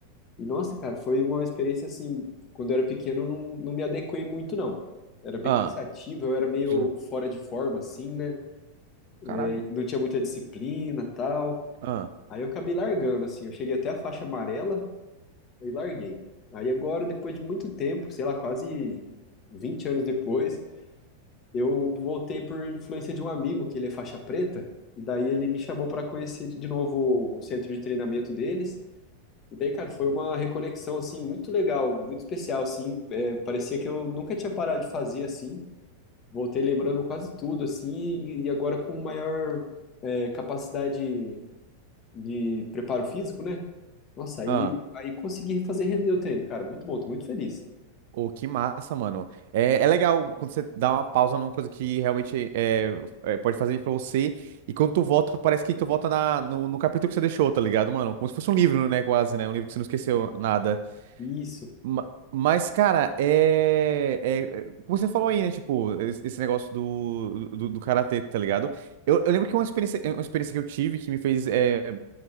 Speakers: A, on the left; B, on the right.
A: E, nossa, cara, foi uma experiência, assim... Quando eu era pequeno, eu não, não me adequei muito, não. Era bem
B: ah,
A: cansativo, eu era meio
B: Sim.
A: fora de forma, assim, né?
B: caralho.
A: Aí não tinha muita disciplina, tal.
B: Ah,
A: Aí eu acabei largando, assim. Eu cheguei até a faixa amarela e larguei. Aí agora, depois de muito tempo, sei lá, quase 20 anos depois, eu voltei por influência de um amigo, que ele é faixa preta. E daí ele me chamou para conhecer de novo o centro de treinamento deles. E daí, cara, foi uma reconexão, assim, muito legal, muito especial, assim. É, parecia que eu nunca tinha parado de fazer, assim. Voltei lembrando quase tudo, assim, e, e agora com maior, é, capacidade de preparo físico, né? Nossa, aí,
B: ah.
A: aí consegui fazer render o treino, cara. Muito bom, tô muito feliz.
B: Pô, que massa, mano. É, é legal quando você dá uma pausa numa coisa que realmente é, é, pode fazer bem pra você. E quando tu volta, parece que tu volta na, no, no capítulo que você deixou, tá ligado, mano? Como se fosse um livro, né? Quase, né? Um livro que você não esqueceu nada.
A: Isso.
B: Ma- Mas, cara, é, é- é- Como você falou aí, né? Tipo, es- esse negócio do, do, do karatê, tá ligado? Eu, eu lembro que uma experiência, uma experiência que eu tive que me fez. é,